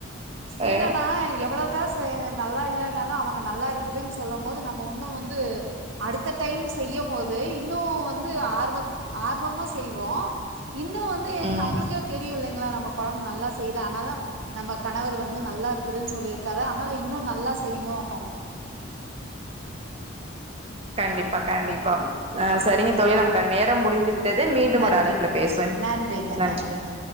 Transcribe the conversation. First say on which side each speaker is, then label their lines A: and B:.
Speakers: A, on the right; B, on the right.
A: என்னன்னா
B: அ
A: எவ்ளோதான் செய்ர் நல்லா இல்லனாலும் அவுங்க நல்லா இருக்குதுன்னு சொல்லும் போது நம்ம ஒன்னு வந்து அடுத்த டைம் செய்யும் போது இன்னும் வந்து ஆர்வ ஆர்வமா செய்வோம் இன்னும் வந் து ஏதும்
B: ம்
A: நம்புளுக்கே தெரியுல்லங் இல்ல நம்ம குழம்பு நல்லா செய்யல ஆனாலு நம்ம கணவர் வந்து நல்லா இருக்குதுன்னு சொல்லிருக்காரு ஆனாலும் இன்னும் நல்லா செய்யணும்
B: கண்டிப்பா கண்டிப்பா ஆ சரிங்க தோழி
A: ஏ
B: நமக்கான நேரம் முடிந்து விட்டது மீண்டும்
A: நன்றி
B: ஒரு அழைப்புல பேசுவோ
A: நன்றிங்க
B: நன்றி
A: நன்றிங்க